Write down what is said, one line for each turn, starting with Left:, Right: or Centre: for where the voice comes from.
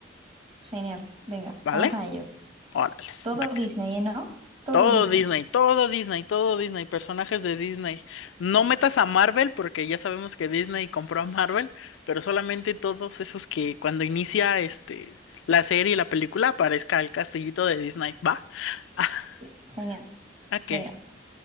Right: Genial. Venga,
Left: ¿Vale?
Right: vamos a ello.
Left: Órale.
Right: Todo
Left: Va
Right: Disney, ¿eh, ¿no? Todo
Left: Todo
Right: Disney.
Left: Disney, todo Disney, todo Disney, personajes de Disney. No metas a Marvel porque ya sabemos que Disney compró a Marvel, pero solamente todos esos que cuando inicia este la serie, la película, aparezca el castellito de Disney, ¿va? <laughs>
Right: Sí, genial.
Left: Ok,
Right: Venga,